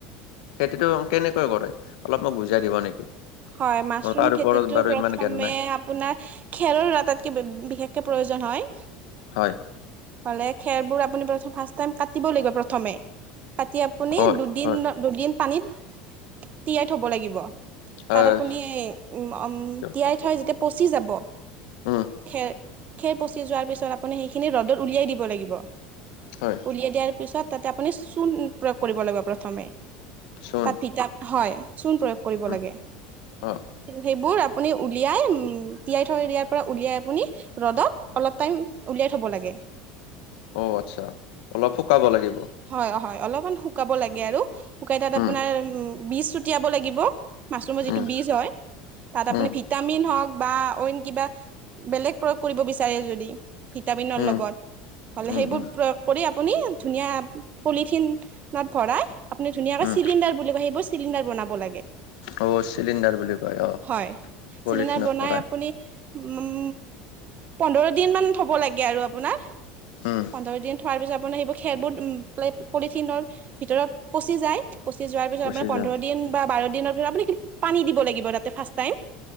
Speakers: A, on the left; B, on the right.
A: খেতিটো কেনেকৈ কৰে অলপ মোক বুজাই দিব নেকি।
B: হয় মাছৰুম
A: মোৰ তাৰ
B: খেতিতো
A: ওপৰত বাৰু
B: প্ৰথমে
A: ইমান জ্ঞান নাই।
B: আপোনাৰ। খেলৰ আটাইতকৈ বে বিশেষকে প্ৰয়োজন হয়
A: হয়
B: হলে খেৰবোৰ আপুনি প্ৰথ ফাৰ্ষ্ট টাইম কাটিব লাগিব প্ৰথমে পাটি আপুনি
A: হয়,
B: দুদিন
A: হয়,
B: দুদিন পানীত তিয়াই থব লাগিব তাত
A: আহ
B: আপুনি উম আম
A: কিয়
B: তিয়াই
A: ক-
B: থৈ যেতিয়া পচি যাব
A: উম,
B: খেৰ খেৰ পচি যোৱাৰ পিছত আপুনি সেইখিনি ৰ'দত উলিয়াই দিব লাগিব
A: হয়
B: উলিয়াই দিয়াৰ পিছত তাতে আপুনি চূণ প্ৰয়োগ কৰিব লাগিব প্ৰথমে
A: চোন
B: তাত ভিটা হয় চূণ প্ৰয়োগ কৰিব
A: উম,
B: লাগে
A: অ
B: সেইবোৰ আপুনি উলিয়াই উম তিয়াই থৈ দিয়াৰ পৰা উলিয়াই আপুনি ৰ'দত অলপ টাইম উলিয়াই থ'ব লাগে
A: অ আচ্ছা অলপ শুকাব লাগিব
B: হয় হয় অলমান শুকাব লাগে আৰু শুকাই তাত আপোনাৰ
A: উম,
B: বীজ ছোটিয়াব লাগিব মাছৰুমৰ
A: উম,
B: যিটো বীজ হয় তাত আপুনি
A: উম,
B: ভিটামিন হওক বা অইন কিবা বেলেগ প্ৰয়োগ কৰিব বিচাৰে যদি ভিটামিনৰ
A: উম,
B: লগত হলে
A: উম,
B: সেইবোৰ
A: উম,
B: প্ৰয় কৰি আপুনি ধুনীয়া পলিথিনত ভৰাই আপুনি ধুনীয়াকে
A: উম,
B: চিলিণ্ডাৰ বুলি কয় সেইবোৰ চিলিণ্ডাৰ বনাব লাগে
A: অ', চিলিণ্ডাৰ বুলি কয় অ'।
B: হয়
A: পলিথিনত
B: চিলিণ্ডাৰ বনাই
A: ভৰাই
B: আপুনি উম পন্ধৰ দিন মান থ'ব লাগে আৰু আপোনাৰ
A: উম
B: পোন্ধৰ দিন থোৱাৰ পিছত আপুনি সেইবোৰ খেৰবোৰ পলিথিনৰ ভিতৰত পচি যায় পঁচিযোৱাৰ পিছত
A: গুচি
B: আপোনাৰ পন্ধৰ
A: যাম
B: দিন বা বাৰ দিনৰ পাছত আপুনি কিন্তু পানী দিব লাগ তাতে ফাৰ্ষ্ট টাইম